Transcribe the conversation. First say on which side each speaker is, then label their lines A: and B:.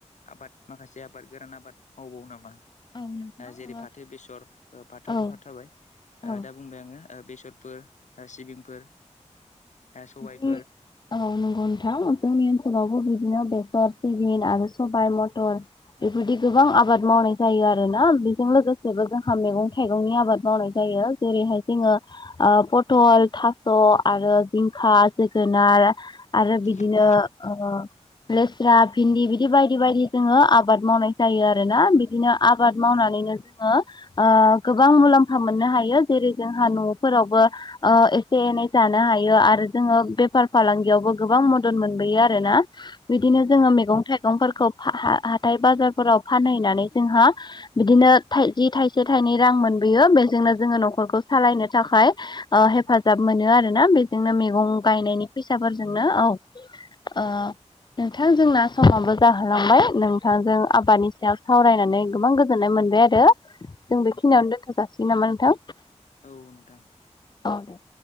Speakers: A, on the left; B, on the left.
A: आबाद माखासे आबाद गोरान आबाद मावबावो नामा? ओ
B: औ नोंथां
A: जेरै फाथो बेसर, फाथोआथ'
B: औ
A: फाथो जाबाय
B: औ
A: दा बुंबाय आङो बेसर फोर, सिबिंफोर, ओ सबाय।
B: औ नोंगौ नोंथां जोंनि ओनसोलावबो बि दिनो बेसर, सिबिं आरो सबाय, मथर बेफोरबादि गोबां आबाद मावनाय जायो आरो ना। बेजों लोगोसेबो जोंहा मैगं थाइगंनि आबाद मावनाय जायो जेरैहाय जोङो ओ पटल आरो थास' आरो जिंखा जोगोनार आरो बिदिनो
A: औ
B: ओ लेस्रा भिन्दि बिदि बायदि बायदि जोङो आबाद मावनाय जायो आरोना। बिदिनो आबाद मावनानैनो
A: औ
B: जोङो ओ गोबां मुलाम्फा मोननो हायो जेरै जोंहा न'फोरावबो ओ एसे एनै जानो हायो आरो जोङो बेफार फालांगियावबो गोबां मदद मोनबोयो आरोना। बिदिनो जोङो मैगं थाइ गंफोरखौ फा हा हाथाय बाजारफोराव फानहैनानै जोंहा बिदिनो थाइजि थाइसे थाइनै नि रां मोनबोयो बेजोंनो जोङो न'खरखौ सालायनो थाखाय ओ हेफाजाब मोनो आरो ना बेजोंनो मैगं
A: औ
B: गायनायनि फैसाफोरजोंनो औ। ओ नोंथां जोंना समाबो जाहोलांबाय, नोंथांजों आबादनि सायाव सावरायनानै गोबां गोजोननाय मोन बाय आरो। जों
A: औ नोंथां
B: बेखिनियावनो दोनथ' जासिगोन नामा नोंथां?
A: औ नोंथां।
B: औ दे।